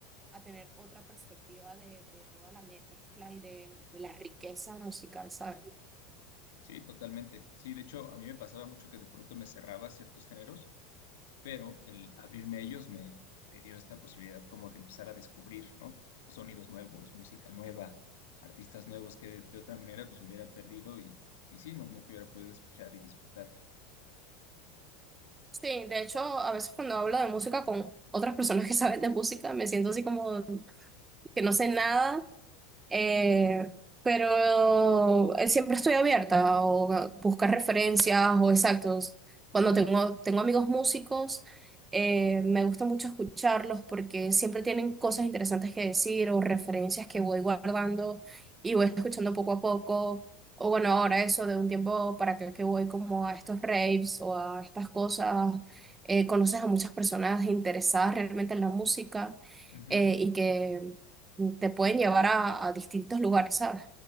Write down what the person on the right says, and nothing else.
a tener otra perspectiva de, de toda la mezcla y de, de la riqueza musical, ¿sabes?
Sí, de hecho, a veces cuando hablo de música con otras personas que saben de música, me siento así como que no sé nada Eh, pero eh, siempre estoy abierta o a buscar referencias o exactos. Cuando tengo, tengo amigos músicos, eh, me gusta mucho escucharlos porque siempre tienen cosas interesantes que decir o referencias que voy guardando y voy escuchando poco a poco. O bueno, ahora eso de un tiempo para acá que voy como a estos raves o a estas cosas, eh, conoces a muchas personas interesadas realmente en la música
eh, y que te pueden llevar a, a distintos lugares, ¿sabes?